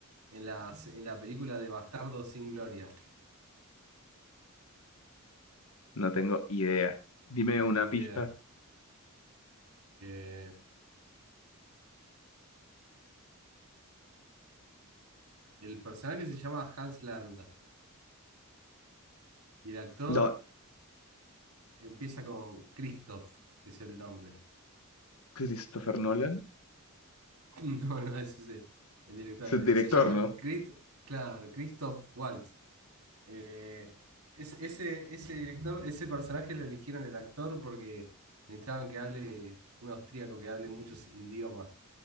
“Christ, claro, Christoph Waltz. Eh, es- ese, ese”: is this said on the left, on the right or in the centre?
Right